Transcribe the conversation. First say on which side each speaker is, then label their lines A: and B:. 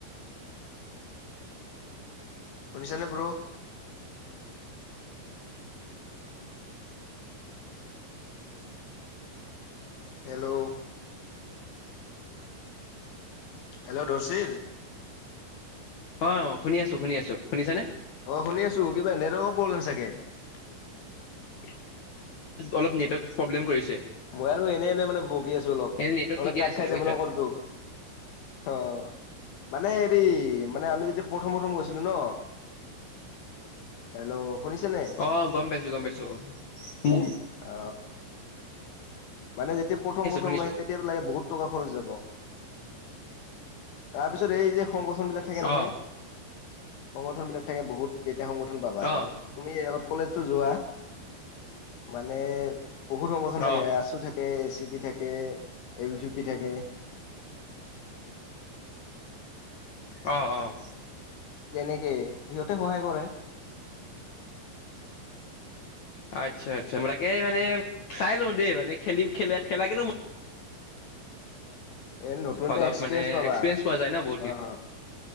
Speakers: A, on the left; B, on the left.
A: শুনিছানে ব্ৰো হেল্ল' হেল্ল' দৰচিল
B: অ শুনি আছো, শুনি আছো, শুনিছানে?
A: অ শুনি আছো কিবা নেটৱৰ্কৰ প্ৰব্লেম চাগে ।
B: অলপ নেটৱৰ্ক প্ৰব্লেম কৰিছে।
A: মই আৰু এনেই এনে মানে বকি আছো অলপ
B: এনে নেটৱৰ্ক
A: নহ'লে
B: ঠিকে
A: কাট
B: আছিলে
A: খাইযাব
B: বুজিছা
A: ন কলটো। অ মানে হেৰি মানে, আমি যেতিয়া প্ৰথম প্ৰথম গৈছিলো ন হেল্ল' শুনিছেনে
B: অহ গম পাইছো গম পাইছো । উ
A: অ মানে যেতিয়া প্ৰথম প্ৰথম
B: শুনিছো
A: লাগে তেতিটো লাগে বহুত টকা খৰচ যাব । তাৰপিছত এই যে সংগঠন বিলাক থাকে নহয়।
B: অ'
A: সংগঠন বিলাক থাকে বহুত। সংগঠন পাবা
B: অ'
A: তুমি আগত। কলেজ টো যোৱা? মানে বহুত সংগঠন থাকে,
B: অ'
A: আছু এচিপি থাকে এ ভি পি থাকে।
B: অঁ অঁ।
A: তেনেকে সিহঁতে সহায় কৰে।
B: আচ্ছা আচ্ছা ম তাকে মানে চাই লওঁ দেই মানে খেলি খা খেলা কিন্ত ম
A: এই নতুন
B: অলপ
A: এটা এক্সপিৰিয়েঞ্চ
B: মানে
A: পাবা।
B: এক্সপিৰিয়েঞ্চ পোৱা যায় ন বহুতখিনি
A: অ হয় ।